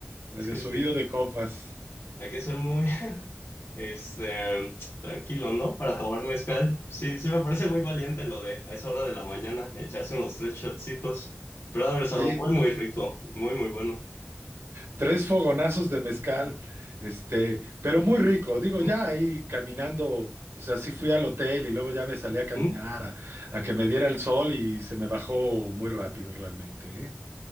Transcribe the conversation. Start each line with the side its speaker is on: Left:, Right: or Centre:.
Right: medio
Left: Sí,
Right: subido
Left: sí.
Right: de copas.
Left: Hay que ser muy, <laughs> este, tranquilo, ¿no? Para tomar mezcal. Sí, sí me parece muy valiente lo de a esa hora de la mañana echarse unos tres shotcitos. Pero ha de haber estado
Right: Sí,
Left: muy, muy rico, muy, muy bueno.
Right: Tres fogonazos de mezcal, este, pero muy rico. Digo,
Left: ¿Mm?
Right: ya ahí caminando, o sea, sí fui al hotel y luego ya me salí a caminar
Left: ¿Mm?
Right: a, a que me diera el sol y se me bajó muy rápido realmente, ¿eh?